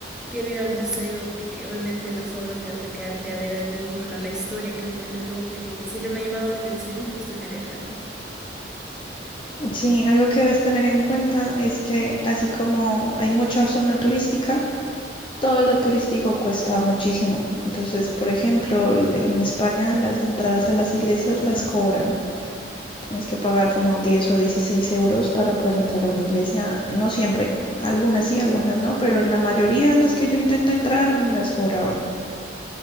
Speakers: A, in the centre; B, on the left (about 30°).
A: Quiero ir al museo porque obviamente las obras de arte que han de haber ahí y bueno, la historia que realmente es algo que siempre me ha llamado la atención en cuestión de viajar.
B: Sí, algo que debes tener en cuenta es que así como hay mucha zona turística, todo lo turístico cuesta muchísimo. Entonces, por ejemplo, l- en España las entradas a las iglesias las cobran. Tienes que pagar como 10 o 16 euros para poder entrar a una iglesia. No siempre, algunas sí, algunas no, pero en la mayoría de las que yo intenté entrar me las cobraban.